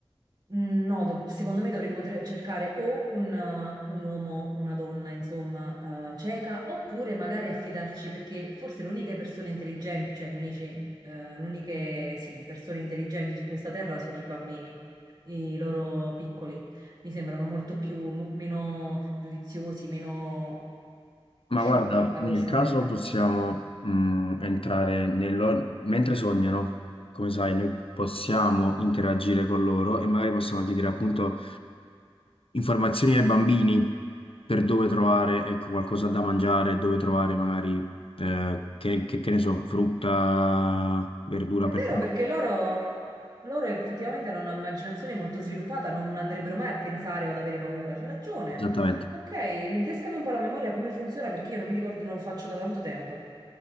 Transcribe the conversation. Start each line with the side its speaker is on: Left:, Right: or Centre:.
Right: Mm, No, dov- secondo me dovremmo tre- cercare o un, eh, un uomo, una donna, insomma, eh, cieca, oppure magari affidarci, perché forse le uniche persone intelligenti, cioè le unici, eh, le uniche, sì, persone intelligenti su questa terra sono i bambini, i loro piccoli. Mi sembrano molto più, mo- meno giudiziosi, meno
Left: Ma
Right: sciocchi,
Left: guarda,
Right: paradossalmente.
Left: nel caso possiamo mm, entrare nello... mentre sognano, come sai, noi possiamo interagire con loro e magari possiamo chiedere appunto informazioni ai bambini per dove trovare, ecco, qualcosa da mangiare, dove trovare magari, eh, che, che- che ne so, frutta, verdura
Right: È
Left: per...
Right: vero perché loro, loro effettivamente hanno un'immaginazione molto sviluppata, non andrebbero mai a pensare o ad avere paura. C'è ragione.
Left: Esattamente.
Right: Ok, rinfrescami un po' la memoria come funziona perché io non mi ricordo, non lo faccio da tanto tempo.